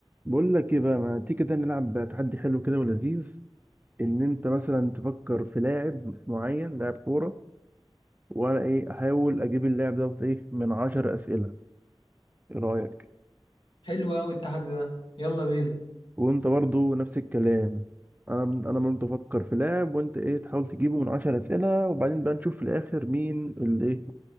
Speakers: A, on the right; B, on the left.
A: بقول لك ايه بقى ما تيجي كده نلعب تحدي حلو كده ولذيذ ان انت مثلا تفكر في لاعب معين لاعب كوره وانا ايه احاول اجيب اللاعب دوت ايه من عشر اسئله ايه رايك
B: حلو قوي التحدي ده يلا بينا
A: وانت برضو نفس الكلام انا انا برضو افكر في لاعب وانت ايه تحاول تجيبه من عشر اسئله وبعدين بقى نشوف في الاخر مين اللي ايه